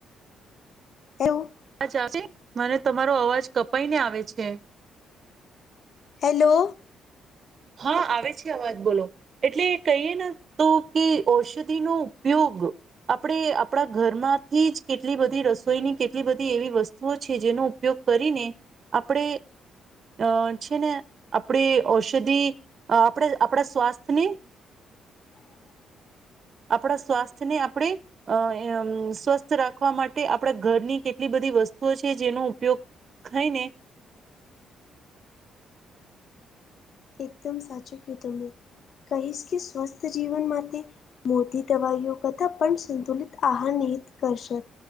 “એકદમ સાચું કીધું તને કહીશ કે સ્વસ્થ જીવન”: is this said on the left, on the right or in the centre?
Left